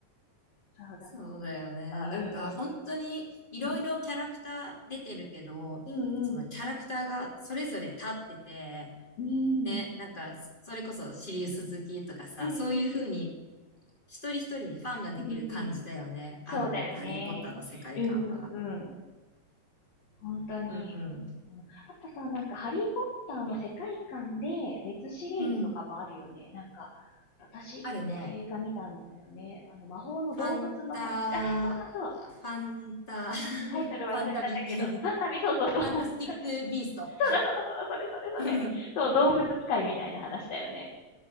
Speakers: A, on the left; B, on the left.
A: 本当に
B: そうだよね。
A: うんうんうんうんうんそうだったそうだった。
B: なんか本当にいろいろキャラクター出てるけど、
A: うんうんうん。
B: そのキャラクターがそれぞれ立ってて、
A: うん。
B: ね、なんかそれこそシリウス好きとかさ、
A: うんうん。
B: そういう風に
A: うん。
B: 一人一人にファンができる感じだよね。
A: うんうんうんうん。うんうんうん。そうだよね。
B: あの、ハリー・ポッターの世界観は。
A: うんうんうんうんうんうんそうだよねうんうんうんほんとに。
B: うんうん。
A: うん、あとさ、なんか、ハリー・ポッターの世界観で別シリーズとかもあるよね。
B: うん。
A: なんか、私一個映画見たんだよね。
B: あるね。
A: あの、魔法の動物の話。
B: ファンタ、
A: あ、そうそうそう。
B: ファンタ、<laughs> ファンタビ、
A: タイトル忘れちゃったけど、
B: <laughs> フ
A: サンタビ、そうそうそう。<laughs> そうだそう
B: ァンタスティック・ビースト。
A: だそうだ、それそれそれ。
B: <laughs>
A: そう、動物使いみたいな話だよね。